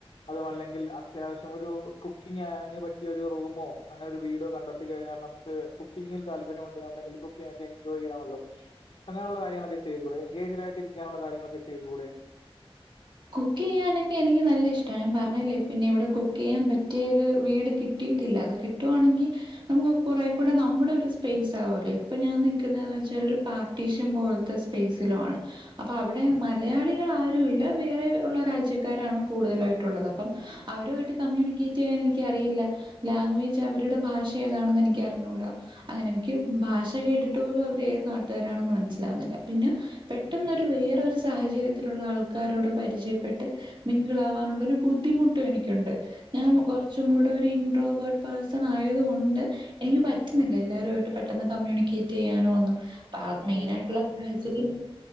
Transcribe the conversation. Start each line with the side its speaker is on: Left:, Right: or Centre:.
Left: അതു അല്ലങ്കിൽ അത്യാവശ്യം ഒരു കുക്കിംങ്ങ് ങ്ങ്ന് പറ്റിയ ഒരു റൂമോ അങ്ങനെ ഒരു വീടോ കണ്ടെത്തി കഴിഞ്ഞാൽ നമക്ക് കുക്കിങ്ങിൽ താല്പര്യം ഉണ്ട് അല്ലങ്കിൽ കുക്ക് ഒക്കെ ക്കെ എജോയ് ചെയ്യാമല്ലൊ അങ്ങനെയുള്ള കാര്യങ്ങളൊക്കെ ചെയ്തൂടെ എൻഗേജ്ഡ് ആയിട്ട് ഇരിക്കാനുള്ള കാര്യങ്ങളെക്കെ ചെയ്തൂടെ
Right: കുക്ക് ചെയ്യാനൊക്കെ എനിക്ക് നല്ല ഇഷ്ട ഞാൻ പറഞ്ഞില്ലേ പിന്നെ ഇവിടെ കുക്ക് ചെയ്യാൻ പറ്റിയരു വീട് കിട്ടി കിട്ടിട്ടില്ല അത് കിട്ടുവാണങ്കിൽ നമുക്ക് കുറേ കൂടെ നമ്മുടെ ഒരു സ്പേയ്സ് ആവുവല്ലോ ഇപ്പൊ ഞാൻ നിക്കുന്നെ വെച്ചാ ഒരു പാർ ട്ടീഷും പോൽത്തെ സ്പേസിലാണ് അപ്പോ അവിടെ മലയാളികൾ ആരുല്ല വേറെ ഉള്ള രാജ്യക്കാരാണ് കൂടുതലായിട്ടുള്ളത് അപ്പം അവരു വായിട്ട് കമ്മ്യൂണിക്കേറ്റ് ചെയ്യാൻ എനിക്കറിയില്ല ലാംഗ്വേജ് അവരുടെ ഭാഷ ഏതാണെന്ന് എനിക്ക് അറിഞ്ഞൂടാ അങ്ങനെ എനിക്ക് ഭാഷ കേട്ടിട്ട് പോലും അവര് ഏത് നാട്ടുകാരാണെന്ന് മനസ്സിലാവുന്നില്ല പിന്ന പെട്ടെന്നൊരു വേറൊരു സാഹചര്യത്തിലുള്ള ആൾക്കാരോട് പരിചയപ്പെട്ട് മിംഗിൾ ആവാനുള്ള ഒരു ബുദ്ധിമുട്ടും എനിക്കുണ്ട് ഞാൻ കൊറച്ചും കൂടെ ഒരു ഇൻറോബോർട്ട് പേഴ്സൺ ആയത് കൊണ്ട് എനിക്ക് പറ്റുന്നില്ല എല്ലാരുവായിട്ട് പെട്ടെന്ന് കമ്മ്യൂണിക്കേറ്റ്യ്യാനോ ഒന്നും പ
Left: ഓക്കേ.
Right: മെയിനായിട്ടുള്ള സാഹചര്യം